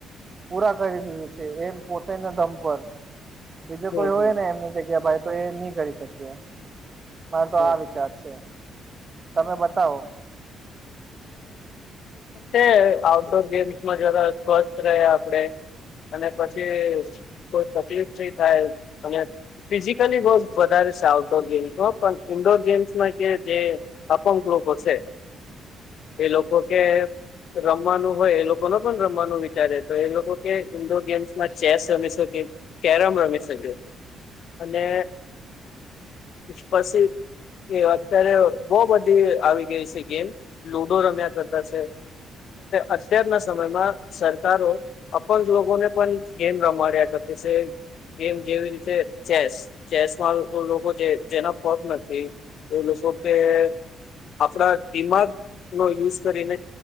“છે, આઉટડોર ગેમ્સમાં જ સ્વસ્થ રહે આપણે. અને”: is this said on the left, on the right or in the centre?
Left